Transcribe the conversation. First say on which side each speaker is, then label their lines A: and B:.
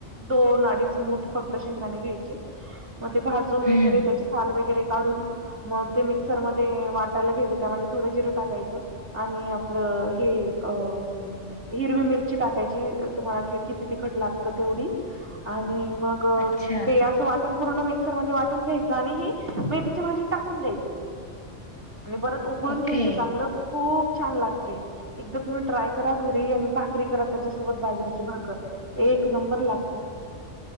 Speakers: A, on the right; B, on the left.
A: दोन अडीच मूठ फक्त शेंगदाणे घ्यायचे. मग ते भाजून वगैरे
B: हम्म
A: त्याचे साल वगैरे काढून. मग ते मिक्सर मध्ये वाटायला घ्यायचे त्यामध्ये थोडं जिरं टाकायचं. आणि आपलं हे अ हिरवी मिरची टाकायची तुम्हाला किती तिखट लागतं तेवढी आणि मग
B: अच्छा
A: ते असं वाटण पूर्ण मिक्सर मध्ये वाटून घ्यायचं आणि ह मेथीच्या भाजीत टाकून द्यायचं. आणि परत उकळून
B: ओके
A: घ्यायचं चांगलं खूप छान लागते. एकदा तुम्ही ट्राय करा घरी आणि भाकरी करा त्याच्यासोबत बाजरीची भाकर. एक नंबर लागते.